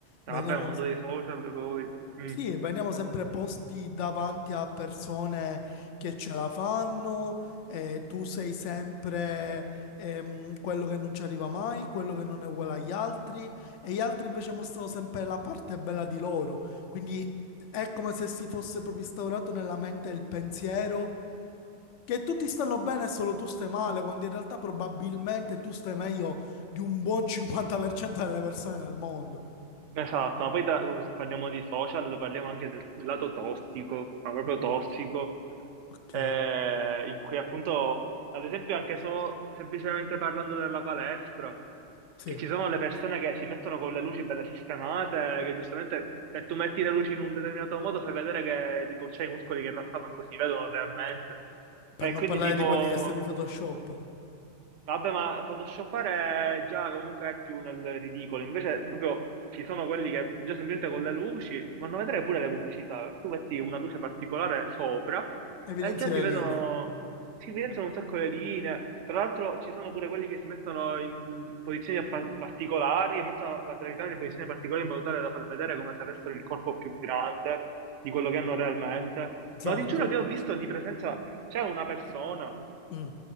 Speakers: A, on the left (about 85°); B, on the right (about 85°).
A: veniamo,
B: vabbè, un mondo dei social poi. Mm.
A: sì, veniamo sempre posti davanti a persone che ce la fanno, e tu sei sempre ehm, quello che non ci arriva mai, quello che non è uguale agli altri, e gli altri invece mostrano sempre la parte bella di loro. Quindi è come se si fosse proprio instaurato nella mente il pensiero che tutti stanno bene e solo tu stai male, quando in realtà probabilmente tu stai meglio di un buon 50% delle persone nel mondo.
B: Esatto, ma poi da- uh, se parliamo di social parliamo anche del lato tossico, ma proprio tossico,
A: Ok,
B: eh, in cui appunto, ad esempio anche solo semplicemente parlando della palestra,
A: sì.
B: che ci sono le persone che si mettono con le luci belle sistemate, che giustamente se tu metti le luci in un determinato modo fai vedere che tipo c'è i muscoli che in realtà manco si vedono realmente.
A: Per
B: E
A: non
B: quindi
A: parlare
B: tipo...
A: di quelli che se li photoshoppano.
B: Vabbè, ma photoshoppare già comunque è più nel ridicolo. Invece, proprio ci sono quelli che già semplicemente con le luci vanno a vedere pure le pubblicità. Tu metti una luce particolare sopra
A: Evidenzi
B: e già
A: le
B: si vedono,
A: linee.
B: si evidenziano un sacco le linee. Tra l'altro, ci sono pure quelli che si mettono in posizioni par- particolari e mettono la telecamera in posizioni particolari in modo tale da far vedere come se avessero il corpo più grande di quello che hanno realmente.
A: Esatto.
B: Ma ti giuro che ho visto di presenza, c'era una persona
A: Mm,